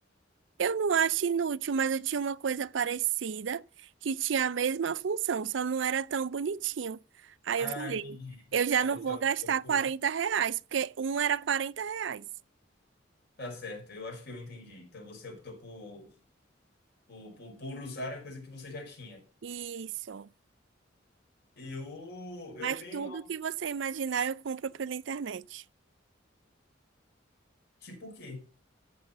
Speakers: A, on the right; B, on the left.
A: Eu não acho inútil, mas eu tinha uma coisa parecida que tinha a mesma função, só não era tão bonitinho. Aí
B: Ah,
A: eu falei,
B: entendi.
A: eu já
B: Aí
A: não
B: você
A: vou
B: optou
A: gastar
B: por.
A: quarenta reais, porque um era 40 reais.
B: Tá certo, eu acho que eu entendi. Então você optou por, por, por, por usar a coisa que você já tinha.
A: Isso.
B: Eu,
A: Mas
B: eu tenho.
A: tudo
B: uma-
A: que você imaginar eu compro pela internet.
B: Tipo o quê?